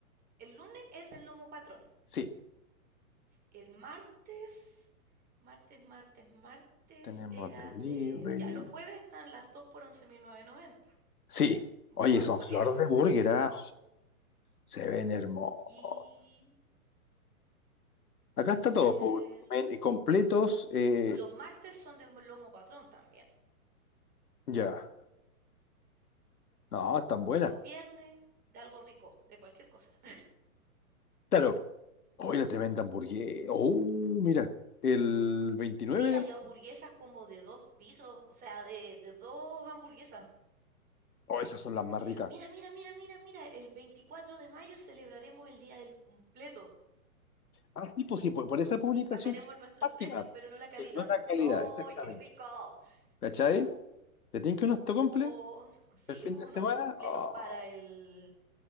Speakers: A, on the right; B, on the left.
A: el lunes es del lomo patrón.
B: sí.
A: El martes, martes, martes, martes
B: Tenemos
A: era
B: delivery.
A: de... Ya, los jueves están las 2 por 11.990
B: Sí.
A: de
B: Oye,
A: hamburguesa.
B: son flor de burger, ¿ah? Se ven hermosas.
A: Y...
B: Acá
A: A
B: está
A: ver...
B: todo, po, men- completos. eh,
A: Los martes son de lomo patrón también.
B: ya. No, están buenas.
A: Los viernes de algo rico, de cualquier cosa.
B: Claro. Hoy la tremenda hamburguesa. Oh, mira. El 29
A: Oye,
B: de...
A: hay hamburguesas como de dos pisos, o sea, de, de dos hamburguesas.
B: Oh, esas son las
A: Oh,
B: más ricas.
A: mira, mira, mira, mira, mira, el 24 de mayo celebraremos el Día del Completo.
B: Ah, sí, pues sí, por, por esa publicación,
A: Bajaremos nuestros
B: página.
A: precios, pero no la calidad.
B: Pero no la calidad,
A: ¡Ay,
B: exactamente.
A: qué rico!
B: ¿Cachai?
A: Tapu,
B: ¿Te tienen que unos tocomple
A: Oh, sí,
B: el fin
A: unos
B: de semana?
A: completos
B: Oh,
A: para el,